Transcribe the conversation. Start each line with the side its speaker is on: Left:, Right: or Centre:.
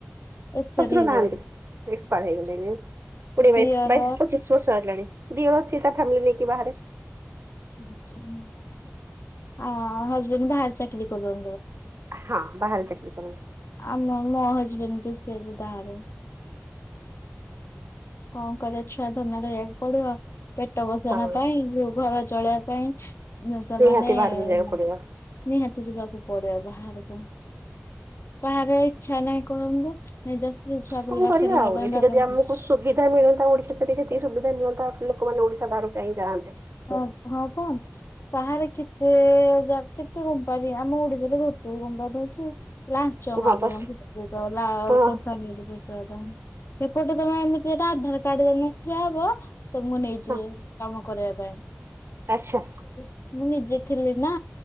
Left: ଏକ୍ସପାୟାର
Right: ଶଶୁର
Left: ହେଇଗଲେଣି।
Right: ନା ଏସପାର ହେଇଗଲେ କୋଡିଏ
Left: ଦିଅର
Right: ବାଇଶ ବାଇଶ ପଚିଶ ବର୍ଷ ହେଗଲାଣି ଦି ସିଏ ତା ଫ୍ୟାମିଲି ନେଇକି ବାହାରେ
Left: ଆଚଛା ହଁ ଆ ହଜବେଣ୍ଡ ବାହାରେ ଚାକିରି କରି
Right: ହଁ ବାହାର ଚାକଣ କରୁ
Left: ଆମ ମୋ ହଜବେଣ୍ଡକୁ ସେି ବି ବାହ କଣ କରିବା ଛୁଆ ଧନା ରକୁ ପଡିବ ପେଟ ବଷଣ
Right: ହଁ
Left: ପାଇଁଉ ଘର ଚଳେଇବା ପାଇଁ ସେ
Right: ନିହାତି
Left: ମମାନୋଗ
Right: ବାହାରକୁ ଯିବାକୁ ପଡିବ।
Left: ନିହାତି ଯିବାକୁ ପଡିବ ବାହାରକୁ। ବାହାରେ ଇଚ୍ଛା ନାହିଁ କହନ୍ତୁ ନାଇଁ ଜଶ ଛୁଆ
Right: କଣ
Left: ପୁର ରଥରେ
Right: କରିବା
Left: ରହିବା
Right: ଆଉ
Left: ପାଇଁ
Right: ଏଠି
Left: ବା
Right: ଯଦି
Left: <unintelligible>
Right: ଆମକୁ ସୁବିଧା ମିଳନ୍ତା ଓଡିଶାରେ ସେତିକି ସୁବିଧା ମିଳନ୍ତା, ଲୋକମାନେ ଓଡିଶା ବାହାରକୁ କଣ ପାଇଁ ଯାଆନ୍ତେ।
Left: ହଁ- ହଁ <unintelligible> ବାହାରେ କେତେ ଯା କେତେ କମ୍ପାନୀ, ଆମ ଓଡିଶାରେ ଗୋଟେ ବି କମ୍ପାନୀ ଅଛି। ଲାଞ୍ଚ
Right: ହଁ ବା
Left: ମାଗୁଚନ୍ତି <unintelligible>
Right: ହଁ
Left: କମ୍ପାନୀକୁ ଦୋଷ <unintelligible> ସେପଟେ ତମେ ଏମିତି, ଏଇଟା ଆଧାର କାର୍ଡ ଧରିକିନା ଠିଆ ହବ ତମକୁ ନେଇଯିବେ
Right: ହଁ
Left: କାମ କରିଆକୁ। ମୁଁ
Right: ଆଚ୍ଛା
Left: ନିଜେ ଥିଲି ନା,